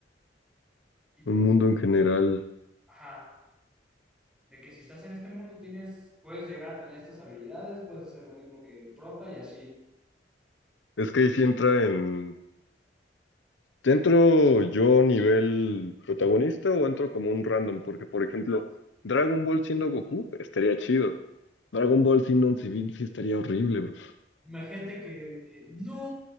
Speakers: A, in the centre; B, on the left (about 80°).
A: ¿Y por
B: un mundo
A: qué?
B: en general.
A: Ajá. De que si estás en este mundo tienes, puedes llegar a tener estas habilidades, puedes hacer lo mismo que el prota y así.
B: Es que ahí sí entra en... ¿Ya ¿Entro yo nivel protagonista o entro como un random? Porque, por ejemplo, Dragon Ball siendo Goku estaría chido. Dragon Ball siendo un civil sí estaría horrible, bro.
A: Imagínate que, de que, no,